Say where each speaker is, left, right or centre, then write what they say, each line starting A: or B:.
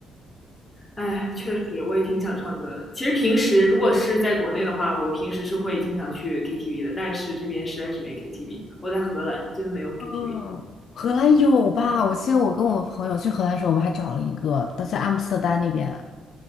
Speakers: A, on the left; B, on the left.
A: 哎，确实，我也挺想唱歌的。其实平时如果是在国内的话，我平时是会经常去 KTV 的，但是这边实在是没 KTV。我在荷兰，真没有 KTV
B: 嗯，荷兰有吧？我记得我跟我朋友去荷兰的时候，我们还找了一个，都在阿姆斯特丹那边。